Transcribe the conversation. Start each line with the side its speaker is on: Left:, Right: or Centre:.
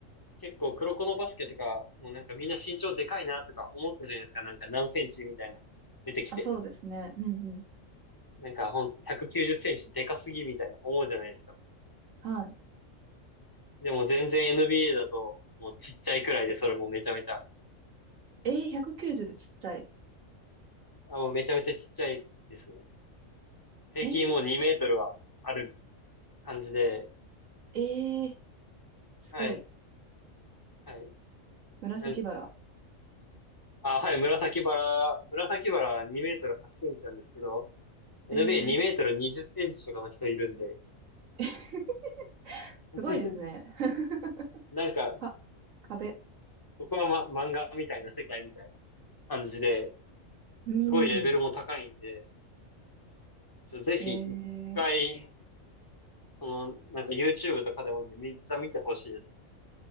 Left: 結構黒子のバスケとか、もうなんかみんな身長でかいなとか思ったじゃないですか、なんか何センチみたいな、出てきて。
Right: あ、そうですね。うんうん。
Left: なんかほんと190センチでかすぎみたいな思うじゃないですか。
Right: はい。
Left: でも全然 NBA だともうちっちゃいくらいでそれもめちゃめちゃ、
Right: えー、190でちっちゃい。
Left: あもうめちゃめちゃちっちゃいですね。平均もう2メートルはある
Right: えー、
Left: 感じで、
Right: えー、すごい。
Left: はい、はい。
Right: 紫バラ
Left: なんあ、はい、紫バラ、紫バラ2メートル8センチなんですけど、NBA2
Right: えー、
Left: メートル20センチとかの人いるんで、
Right: <laughs>
Left: <laughs>
Right: すごいですね。<laughs>
Left: なんか、
Right: か、壁。
Left: そこは、ま、漫画みたいな世界みたいな感じで、
Right: うん。
Left: すごいレベルも高いんで、ちょぜひ一回
Right: えー、
Left: その、なんか YouTube とかでもいいんで、めっちゃ見てほしいですね。